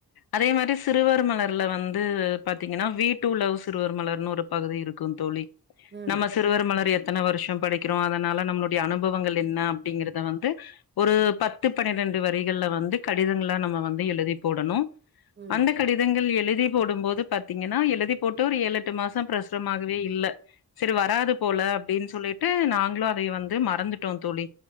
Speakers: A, on the left; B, on the right.
A: அதே மாரி சிறுவர் மலர்ல வந்து பாத்தீங்கன்னா வீட்டு உலவு சிறுவர் மலர்னு ஒரு பகுதி இரு க்கு தோழி
B: ம்
A: நம்ம சிறுவர் மலர் எத்தன வருஷோ படிக்கிறோ அதனால நம்மளுடைய அனுபவங்கள் என்ன அப்டிங்கறத வந்து ஒரு
B: ம்
A: பத் து பனிரெண்டு வரிகள்ல வந்து கடிதங்களலா நம்ம வந்து எழுதி போடணு
B: ம்.
A: அந்த கடிதங்கள் எழுதி போடும் போது பாத்தீங்கன்னா எழுதி போட்டு ஒரு ஏழு எட்டு மாசோ பிரசுரமாகவே இல்ல சரி வராது போல அப்டின்னு சொல்லிட்டு நாங்களும் அதை வந்து மறந்து ட்டோ தோழி